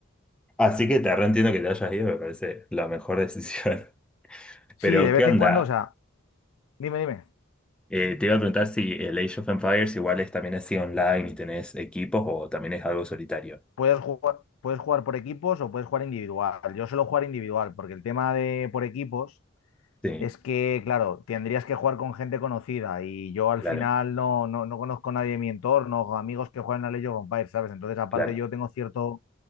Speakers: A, in the centre; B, on the left (about 80°).
A: Así que te reentiendo que te hayas ido, me parece la mejor decisión. <laughs>
B: Sí,
A: Pero,
B: de vez
A: ¿qué onda?
B: en cuando, o sea, dime, dime.
A: Eh, te iba a preguntar si el Age of Empires igual es, también así online y tenés equipos o también es algo solitario.
B: Puedes jugar, puedes jugar por equipos o puedes jugar individual. Yo suelo jugar individual porque el tema de por equipos
A: Sí,
B: es que, claro, tendrías que jugar con gente conocida y yo al
A: claro,
B: final no, no, no conozco a nadie de mi entorno, amigos que juegan a Age of Empires, ¿sabes? Entonces, aparte,
A: claro,
B: yo tengo cierto